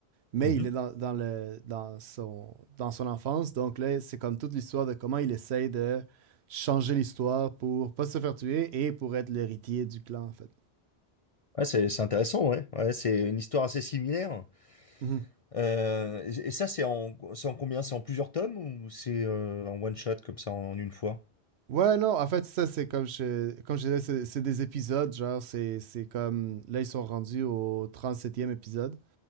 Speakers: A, on the right; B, on the left.
A: mais
B: Mhm.
A: il est dans, dans le, dans, son, dans son enfance. Donc là, c'est comme toute l'histoire de comment il essaye de changer l'histoire pour pas se faire tuer et pour être l'héritier du clan, en fait.
B: Ouais, c'est c'est intéressant, ouais. Ouais, c'est une histoire assez similaire.
A: Mhm.
B: Euh, et, et ça, c'est en, c'est en combien? C'est en plusieurs tomes ou c'est euh, en one shot comme ça en, une fois?
A: Ouais, non, en fait, ça, c'est comme je, comme je disais, c'est c'est des épisodes, genre, c'est c'est comme, là, ils sont rendus au trente septième épisode.